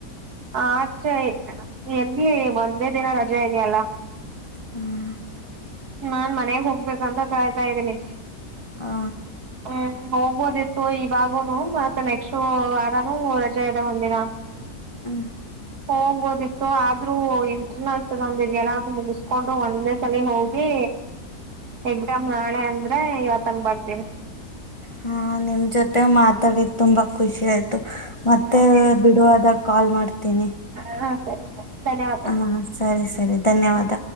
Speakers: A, on the right (about 75°); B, on the left (about 25°).
A: ಆಚೆ ಎಲ್ಲಿ ಒಂದೇ ದಿನ ರಜೆ ಇದೆ ಅಲಾ.
B: ಹ್ಮ್.
A: ನಾನ್ ಮನೆಗ್ ಹೋಗ್ಬೇಕಂತ ಕಾಯ್ತಾ ಇದ್ದೀನಿ.
B: ಹಾ
A: ಹ್ಮ್ ಹೋಗ್ಬೋದಿತ್ತು ಇವಾಗುನು ಮತ್ತು ನೆಕ್ಸ್ಟ್ ವಾರಾನೂ ರಜೆ ಇದ್ದಾಗ ಒಂದ ದಿನ
B: ಹ್ಮ.
A: ಹೋಗ್ಬೋದಿತ್ತು ಆದ್ರೂ ಇಂಟರ್ನಲ್ಸ್ ಒಂದ ಇದೆ ಅಲಾ ಅದನ್ ಮುಗಿಸ್ಕೊಂಡು ಒಂದೇ ಚಲಿ ಹೋಗಿ ಎಕ್ಸಾಮ್ ನಾಳೆ ಅಂದ್ರೆ ಇವತ್ತ ಹಂಗ ಬರ್ತೀನಿ
B: ಹಾ ನಿಮ್ ಜೊತೆ ಮಾತಾಡಿದ ತುಂಬಾ ಖುಷಿ ಆಯ್ತು ಮತ್ತೆ
A: ಹಾ
B: ಬಿಡುವ ಅದಾಗ ಕಾಲ್ ಮಾಡ್ತೀನಿ.
A: ಹಾಂ ಹಾಂ ಸರಿ. ಸರಿ ಧನ್ಯವಾದಗಳು
B: ಹಾ ಸರಿ ಸರಿ ಧನ್ಯವಾದ.